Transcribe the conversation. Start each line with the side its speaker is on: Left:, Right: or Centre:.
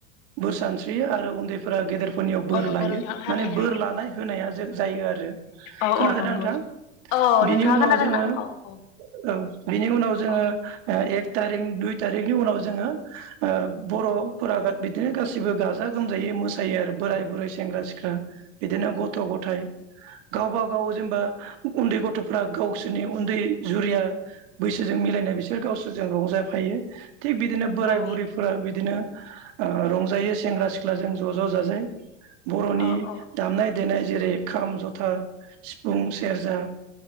Right: बोर सानस्रि आरो उन्दैफोरा गेदेर फोरनियाव बोर
Left: औ नंगौ
Right: लायो
Left: नोंथां थारैनो
Right: माने बोर लानाय होनाया जायो आरो
Left: औ
Right: खोनादों
Left: औ नंगौ
Right: ना नोंथां
Left: औ
Right: बिनि
Left: नोंथाङा
Right: उनाव
Left: खोनादोंना
Right: जोङो
Left: औ औ
Right: औ बिनि उनाव जोङो
Left: औ
Right: एक थारिख दुय थारिखनि उनाव जोङो बर'फोरा बिदिनो गासिबो गाजा गोमजायै मोसायो आरो। बोराय बुरै सेंग्रा सिख्ला बिदिनो गथ' गथायाइ गावबा गाव जेनेबा उन्दै गथ'फ्रा गावसोरनि उन्दै जुरिया बैसोजों मिलायनाय बिसोर गावसोरजों रंजाफायो। थिग बिदिनो बोराय
Left: औ
Right: बुरैफोरा बिदिनो रंजायो सेंग्रा सिख्लाजों ज' ज' जाजाय बर'नि
Left: औ औ
Right: दामनाय देनाय जेरै खाम जथा सिफुं सेरजा